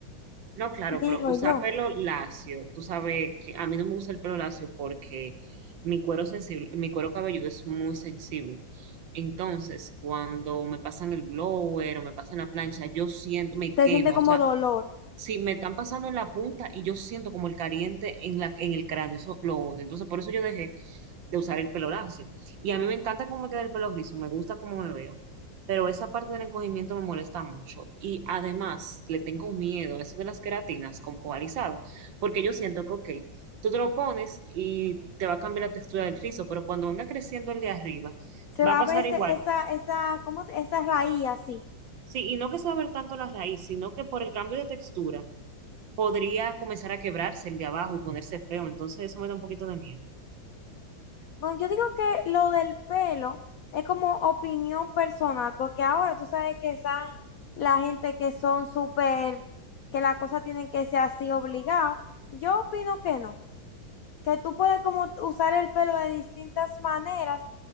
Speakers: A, on the right (about 70°); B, on the left (about 75°).
A: No, claro,
B: Digo
A: pero usar
B: yo,
A: pelo lacio, tú sabes que a mí no me gusta el pelo lacio porque mi cuero sensible, mi cuero cabelludo es muy sensible. Entonces, cuando me pasan el blower o me pasan la plancha, yo siento, me
B: te
A: quema.
B: siente como
A: O sea,
B: dolor.
A: si me están pasando en la punta y yo siento como el caliente en la, en el cráneo, eso lo odio. Entonces, por eso yo dejé de usar el pelo lacio. Y a mí me encanta cómo me queda el pelo rizo, me gusta cómo me veo, pero esa parte del encogimiento me molesta mucho. Y además le tengo miedo a eso de las queratinas con polarizado, porque yo siento que, ok, tú te lo pones y te va a cambiar la textura del rizo, pero cuando venga creciendo el de arriba,
B: Se
A: va
B: va
A: a pasar
B: a ver ese-
A: igual.
B: esa, esa, ¿cómo? se- Esa raíz así.
A: Sí, y no que se va a ver tanto la raíz, sino que por el cambio de textura podría comenzar a quebrarse el de abajo y ponerse feo. Entonces eso me da un poquito de miedo.
B: Bueno, yo digo que lo del pelo es como opinión personal, porque ahora tú sabes que están la gente que son súper, que las cosas tienen que ser así obligado. Yo opino que no, que tú puedes como usar el pelo de distintas maneras,